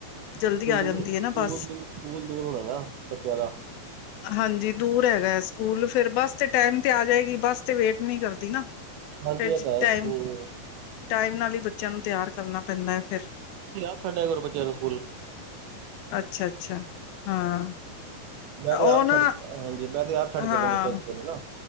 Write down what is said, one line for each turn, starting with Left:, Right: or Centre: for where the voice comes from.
Left: ਜਲਦੀ
Right: ਸਕੂਲ
Left: ਆ
Right: ਦੂਰ
Left: ਜਾਂਦੀ ਐ ਨਾ
Right: ਸਕੂਲ
Left: ਬੱਸ।
Right: ਦੂਰ ਸਕੂਲ ਦੂਰ ਹੋਣਾ ਨਾ ਬੱਚਿਆਂ ਦਾ।
Left: ਹਾਂਜੀ ਦੂਰ ਹੈਗਾ, ਸਕੂਲ ਫਿਰ ਬੱਸ ਤੇ ਟੈਮ ਤੇ ਆ ਜਾਏਗੀ, ਬੱਸ ਤੇ ਵੇਟ ਨੀ ਕਰਦੀ ਨਾ।
Right: ਹਾਂਜੀ
Left: ਫਿਰ
Right: ਐ ਤਾਂ ਹੈ
Left: ਟਾਈਮ
Right: <unintelligible>
Left: ਟਾਈਮ ਨਾਲ ਈ ਬੱਚਿਆਂ ਨੂੰ ਤਿਆਰ ਕਰਨਾ ਪੈਂਦੈ ਫਿਰ।
Right: ਤੁਸੀਂ ਆਪ ਛੱਡਿਆ ਕਰੋ ਬੱਚਿਆਂ ਨੂੰ ਸਕੂਲ
Left: ਅੱਛਾ-ਅੱਛਾ, ਹਾਂ।
Right: ਮੈਂ ਤੇ
Left: ਉਹ
Right: ਆਪ
Left: ਨਾ
Right: ਛੱਡ ਹਾਂਜੀ, ਮੈਂ ਤੇ ਆਪ ਛੱਡ
Left: ਹਾਂ,
Right: ਕੇ ਆਨਾ ਬੱਚਿਆਂ ਨੂੰ ਸਕੂਲ ਨਾ